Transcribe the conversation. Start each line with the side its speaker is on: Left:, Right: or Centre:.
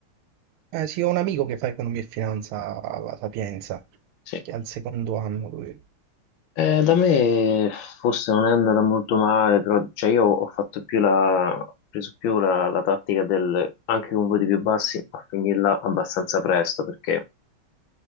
Right: Eh sì, ho un amico che fa economia e finanza alla Sapienza,
Left: Sì.
Right: che è al secondo anno lui.
Left: Eh, da me forse non è andata molto male, però cioè, io ho fatto più la, ho preso più la, la tattica del anche con voti più bassi a finirla abbastanza presto, perché